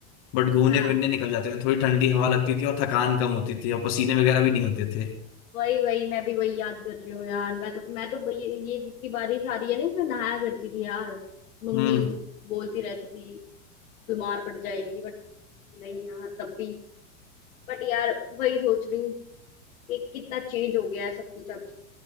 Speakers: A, on the left; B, on the left.
A: बट घूमने
B: हाँ
A: फिरने निकल जाते थे थोड़ी ठंडी हवा लगती थी और थकान कम होती थी और पसीने वगैरह भी नहीं होते थे
B: वही वही मैं भी वही याद कर रही हूँ यार मैं तो मैं तो ये, ये जितनी बारिश आ रही है ना इसमें नहाया करती थी यार मम्मी
A: हम्म
B: बोलती रहती थी बीमार पड़ जाएगी बट नहीं यार तब भी बट यार वही सोच रही हूँ कि कितना चेंज हो गया है सब कुछ अब